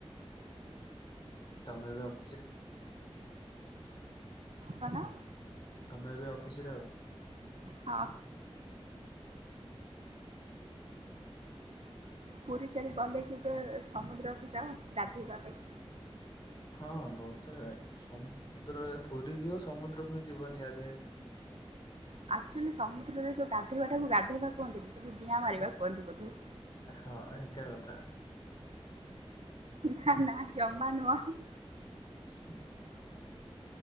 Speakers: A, on the left; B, on the right.
A: ତମେ ବି ଆଉ।
B: କଣ?
A: ତମେ ଏବେ ଅଫିସି ରେ ଆଉ
B: ହ। ପୁରୀ କେବେ ଗଲେ କେବେ ସମୁଦ୍ରକୁ ଯାଅ ଗାଧେଇବା ପାଇଁ?
A: ହଁ ବୋହୁତ୍ ଥର ସମୁଦ୍ରରେ ପୁରି ଯିବ ସମୁଦ୍ରକୁ ପୁଣି ଯିବନି ଗାଧେଇବାକୁ।
B: ଆକ୍ଚୁଆଲି ସମୁଦ୍ରରେ ଯୋଉ ଗାଧେଇବାଟାକୁ ଗାଧେଇବା କୁହନ୍ତିନି ସେଠି ଡିଆଁ ମାରିବା କୁହନ୍ତି ବୋଧେ।
A: ହଁ ଏଇଟା କଥା।
B: ନା ନା ଜମା ନୁଅଁ ହଁ।
A: ସେ